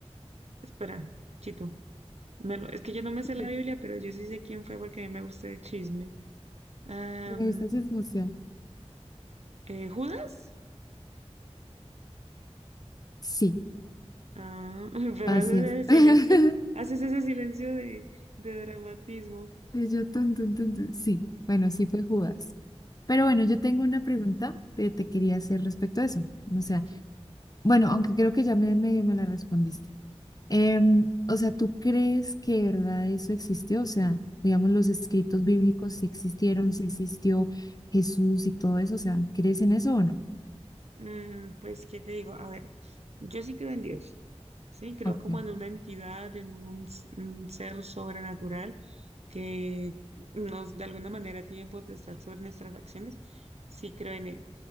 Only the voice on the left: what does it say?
<laughs>
Me gusta esa emoción.
Sí,
así
es.
<laughs>
Y yo, tun, tun, tun, tun. Sí, bueno, sí fue Judas. Pero bueno,
yo tengo una pregunta que te quería hacer respecto a eso. O sea,
bueno, aunque creo que ya me medio me la respondiste. Em, o sea, ¿tú crees que de verdad eso existió? O sea, digamos, los escritos bíblicos si existieron, si existió Jesús y todo eso. O sea, ¿crees en eso o no?
Okay.